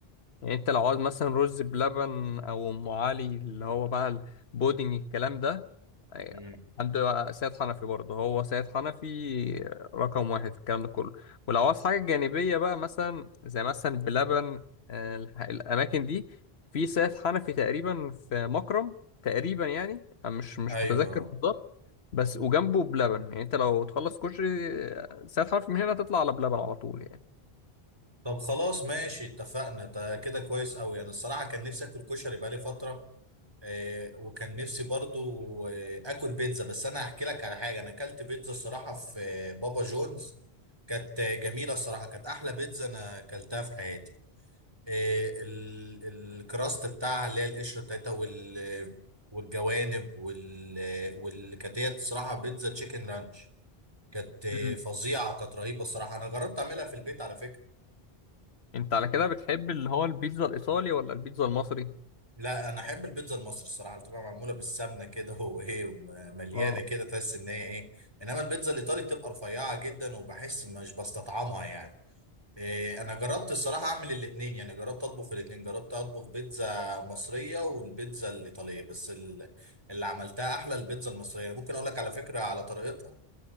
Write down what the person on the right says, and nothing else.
امم
ايوه
طب خلاص ماشي اتفقنا ده كده كويس قوي انا الصراحه كان نفسي اكل كشري بقالي فتره آه، وكان نفسي برضو آه، اكل بيتزا بس انا هحكي لك على حاجه انا اكلت بيتزا الصراحه في آه، بابا جونز كانت آه، جميله الصراحه كانت احلى بيتزا انا اكلتها في حياتي آه، ال- الكراست بتاعها اللي هي القشره بتاعتها وال والجوانب وال والكاتيه الصراحه بيتزا تشيكن رانش كانت آه،
فظيعه كانت رهيبه الصراحه انا جربت اعملها في البيت على فكره
لا انا احب البيتزا المصري الصراحه اللي بتبقى معموله بالسمنه كده <laughs> وايه ومليانه
كده تحس ان هي ايه انما البيتزا الايطالي بتبقى رفيعه جدا وبحس مش بستطعمها يعني إيه، انا جربت الصراحه اعمل الاثنين يعني جربت اطبخ الاثنين جربت اطبخ بيتزا مصريه والبيتزا الايطاليه بس ال- اللي عملتها احلى البيتزا المصريه يعني ممكن اقول لك على فكره على طريقتها